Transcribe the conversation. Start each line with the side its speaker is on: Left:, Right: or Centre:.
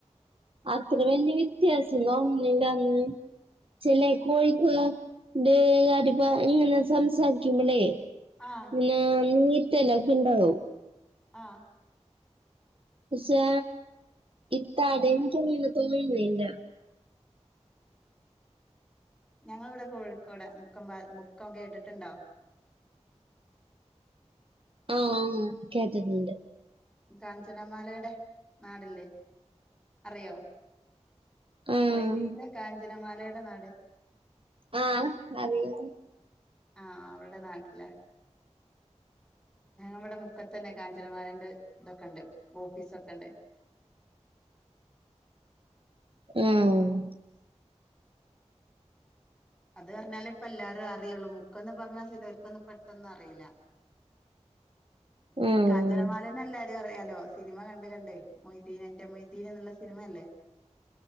Right: അത്ര വല്യ വ്യത്യാസം കാണുന്നില്ലാന്ന്. ചെല എക്കോയിക്ക് ണ്ട് അതിപ്പാ ഇങ്ങനെ സംസാരിക്കുമ്പളേ
Centre: ആഹ്
Right: പിന്ന മീറ്റെല്ലാക്കേണ്ടാവും.
Centre: ആഹ്
Right: പക്ഷേ ഇപ്പ അതെനിക്ക് അങ്ങനെ വലുതൊന്നും വേണ്ട
Centre: ഞങ്ങളിവിടെ കോഴിക്കോടാ മുക്കം പാ മുക്കം കേട്ടിട്ടുണ്ടോ.
Right: ആഹ് കേട്ടിട്ടുണ്ട്.
Centre: കാഞ്ചനമാലേടെ നാടല്ലേ അറിയോ?
Right: ആഹ്
Centre: മൊയ്തീൻലെ കാഞ്ചനമാലയുടെ നാട്.
Right: ആഹ് അറിയാം.
Centre: ആഹ് അവരുടെ നാട്ടിലാ, അവിടെ മു ക്കതന്നെ കാഞ്ചനമാലേൻ്റെ ഇതൊക്കെ ണ്ട്, ഓഫീസ് ഒക്കെ ണ്ട്.
Right: ഉം
Centre: അത് പറഞ്ഞാലേ ഇപ്പ എല്ലാരും അറിയുള്ളൂ. മുക്കന്ന് പറഞ്ഞാൽ ചിലവർക്കൊന്നും പെട്ടന്ന് അറിയില്ല.
Right: ആഹ്
Centre: കാഞ്ചനമാല എന്ന് എല്ലാരും അറിയാലോ? സിനിമ കണ്ട് കണ്ടേ, മൊയ്തീൻ എന്റെ മൊയ്തീൻ എന്നുള്ള സിനിമയല്ലേ?